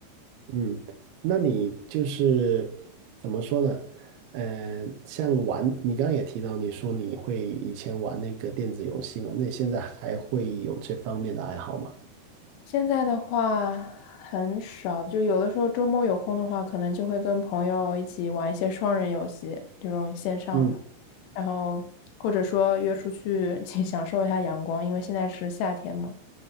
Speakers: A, on the right; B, on the left.
A: 嗯，那你就是怎么说呢？呃，像玩，你刚刚也提到，你说你会以前玩那个电子游戏嘛？那你现在还会有这方面的爱好吗？
B: 现在的话很少，就有的时候周末有空的话，可能就会跟朋友一起玩一些双人游戏，这种线上的，
A: 嗯，
B: 然后或者说约出去 <laughs>，请享受一下阳光，因为现在是夏天嘛，